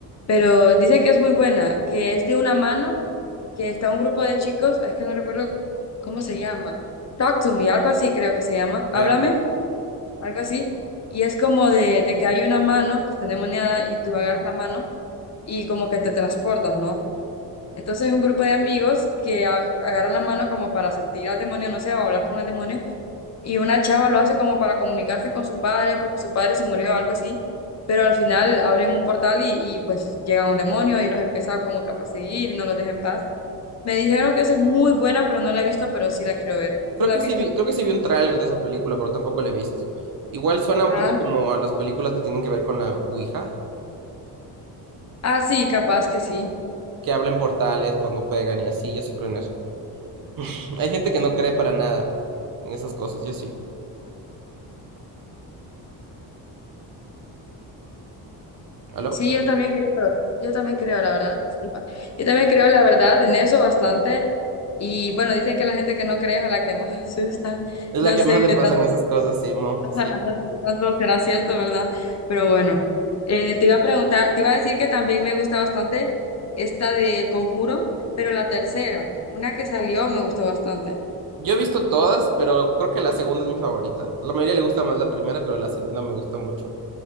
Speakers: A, on the left; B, on the right.
A: pero dicen que es muy buena, que es de una mano, que está un grupo de chicos, ay, es que no recuerdo cómo se llama. Talk to me, algo así creo que se llama. Háblame,
B: Ya.
A: algo así. Y es como de, de que hay una mano que está endemoniada y tú agarras la mano y como que te transportas, ¿no? Entonces es un grupo de amigos que a- agarran la mano como para sentir al demonio, no sé, o hablar con el demonio y una chava lo hace como para comunicarse con su padre porque su padre se murió o algo así, pero al final abren un portal y, y pues llega un demonio y los empieza como que a perseguir y no los deja en paz. Me dijeron que esa es muy buena, pero no la he visto, pero sí la quiero ver.
B: Creo
A: ¿Tú la
B: que
A: has visto?
B: sí vi, creo que sí vi un tráiler de esa película, pero tampoco la he visto. Igual suena un
A: Ah,
B: poco como a las películas que tienen que ver con la Ouija,
A: ah, sí, capaz que sí.
B: que hablan portales cuando juegan y así, yo sí creo en eso. <laughs> Hay gente que no cree para nada en esas cosas, yo sí. ¿Aló?
A: Sí, yo también creo, yo también creo, la verdad, disculpa. Yo también creo, la verdad, en eso bastante. Y bueno, dicen que la gente que no cree es a la que más <laughs> asustan.
B: Es
A: No
B: la que
A: sé
B: más le
A: qué
B: pasan
A: tal.
B: esas cosas, Simón,
A: Ajá,
B: sí.
A: No sé qué tanto será cierto, ¿verdad? Pero bueno, eh, te iba a preguntar, te iba a decir que también me gusta bastante esta del Conjuro, pero la tercera, una que salió, me gustó bastante.
B: Yo he visto todas, pero creo que la segunda es mi favorita. A la mayoría le gusta más la primera, pero la segunda me gusta mucho.